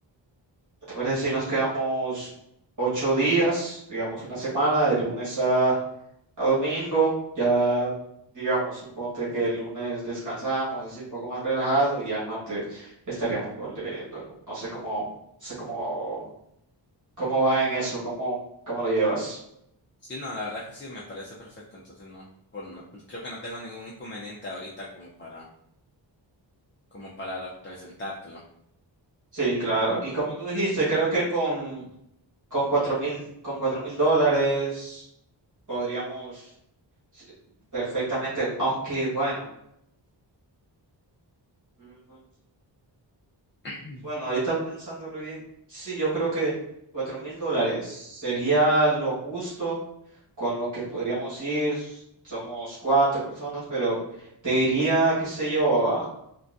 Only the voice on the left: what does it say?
Sí, no, la verdad que sí, me parece perfecto. Entonces no, por no- creo que no tengo ningún inconveniente ahorita como para, como para presentártelo.
<clears throat>